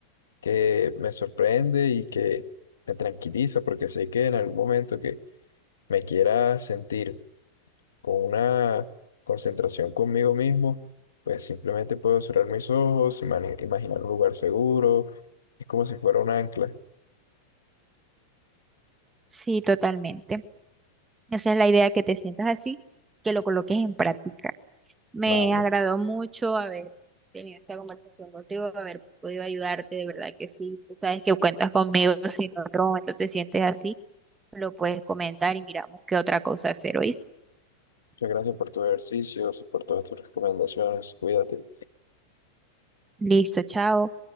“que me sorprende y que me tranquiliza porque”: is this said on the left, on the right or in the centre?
Left